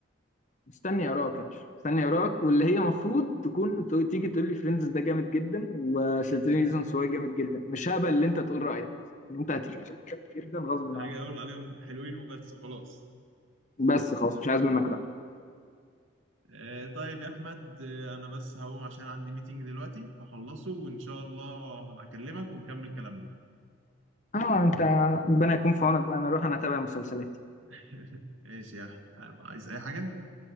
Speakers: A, on the left (about 35°); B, on the right (about 80°).
A: مستني اراك يا باشا مستني اراك واللي هي المفروض تكون ت- تيجي تقول لي فريندز ده جامد جدا وسيتيزنز
B: <laughs>
A: هو جامد جدا مش هقبل ان انت تقول رايك يعني انت هتيجي تقول جامد جدا غصب
B: حاجه
A: عنك
B: اقول عليهم حلوين وبس وخلاص
A: بس خلاص مش عايز منك راي
B: آه طيب يا احمد آه انا بس هقوم عشان عندي ميتنج دلوقتي هخلصه وان شاء الله هبقى اكلمك ونكمل كلامنا
A: اه انت ربنا يكون في عونك بقى انا اروح انا اتابع مسلسلاتي
B: <laughs> ماشي يا احمد عايز اي حاجه